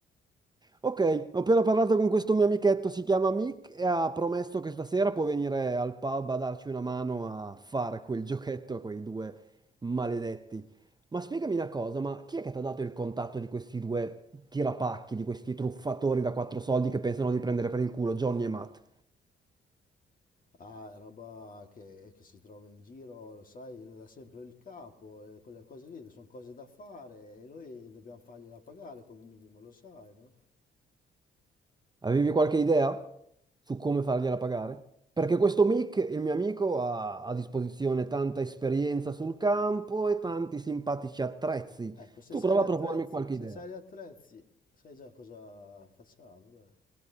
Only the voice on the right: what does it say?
Ok, ho appena parlato con questo mio amichetto, si chiama Mick, e ha promesso che stasera può venire al pub a darci una mano a fare quel giochetto a quei due maledetti. Ma spiegami una cosa, ma chi è che ti ha dato il contatto di questi due tirapacchi, di questi truffatori da quattro soldi che pensano di prendere per il culo, Johnny e Matt?
Avevi qualche idea su come fargliela pagare? Perché questo Mick, il mio amico, ha a disposizione tanta esperienza sul campo e tanti simpatici attrezzi.
Tu
prova
a propormi qualche
idea.